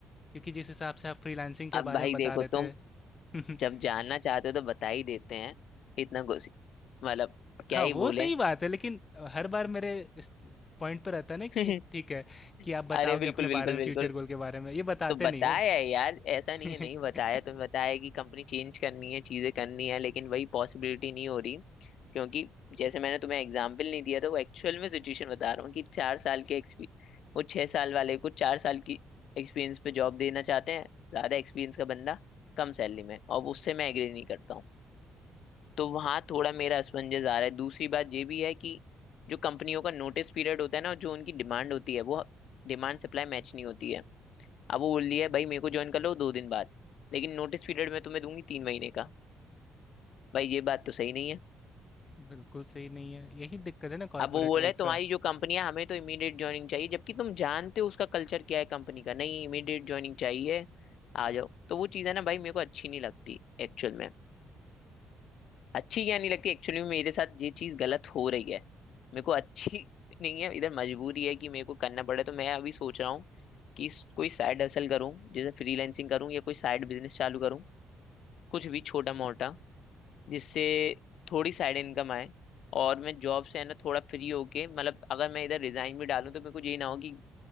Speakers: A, on the left (about 35°); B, on the left (about 70°).
A: क्योंकि जिस हिसाब से आप फ्रीलांसिंग के
B: अब
A: बारे
B: भाई
A: में बता
B: देखो
A: रहे
B: तुम
A: थे
B: जब जानना
A: <laughs>
B: चाहते हो तो बता ही देते हैं इतना कुछ मतलब क्या
A: हाँ
B: ही
A: वो
B: बोले
A: सही बात है लेकिन हर बार मेरे इस पॉइंट पर रहता है ना कि
B: <laughs>
A: ये ठीक है कि आप बताओगे
B: अरे बिल्कुल
A: अपने
B: बिल्कुल
A: बारे में
B: बिल्कुल
A: फ्यूचर गोल के बारे में ये बताते
B: तो बताया
A: नहीं हो
B: है यार ऐसा नहीं
A: <laughs>
B: है नहीं बताया तुम्हें बताया कि कंपनी चेंज करनी है चीजें करनी है लेकिन वही पॉसिबिलिटी नहीं हो रही क्योंकि जैसे मैंने तुम्हें एग्जाम्पल नहीं दिया था वो एक्चुअल में सिचुएशन बता रहा हूँ कि चार साल के एक्सपीरियंस वो छह साल वाले को चार साल की एक्सपीरियंस पे जॉब देना चाहते हैं ज्यादा एक्सपीरियंस का बंदा कम सैलरी में और उससे मैं एग्री नहीं करता हूँ तो वहां थोड़ा मेरा असमंजस आ रहा है दूसरी बात ये भी है कि जो कंपनियों का नोटिस पीरियड होता है ना और जो उनकी डिमांड होती है वो डिमांड सप्लाई मैच नहीं होती है अब वो बोल दिया है भाई मेरे को ज्वाइन कर लो दो दिन बाद लेकिन नोटिस पीरियड में तुम्हें दूंगी तीन महीने का भाई ये बात तो सही नहीं है
A: बिल्कुल सही नहीं है यही दिक्कत है ना कॉर्पोरेट
B: अब वो बोला
A: लाइफ
B: है तुम्हारी
A: का
B: जो कंपनी है हमें तो इमीडिएट ज्वाइनिंग चाहिए जबकि तुम जानते हो उसका कल्चर क्या है कंपनी का नहीं इमीडिएट ज्वाइनिंग चाहिए आ जाओ तो वो चीज़ है ना भाई मेरे को अच्छी नहीं लगती एक्चुअल में अच्छी क्या नहीं लगती एक्चुअली मेरे साथ ये चीज गलत हो रही है मेरे को अच्छी <laughs> नहीं है इधर मजबूरी है कि मेरे को करना पड़े तो मैं अभी सोच रहा हूँ कि इस- कोई साइड हसल करूँ जैसे फ्रीलैंसिंग करूँ या कोई साइड बिजनेस चालू करूँ कुछ भी छोटा मोटा जिससे थोड़ी साइड इनकम आए और मैं जॉब से है ना थोड़ा फ्री होके मतलब अगर मैं इधर रिजाइन भी डालूँ तो मेरे को ये ना हो कि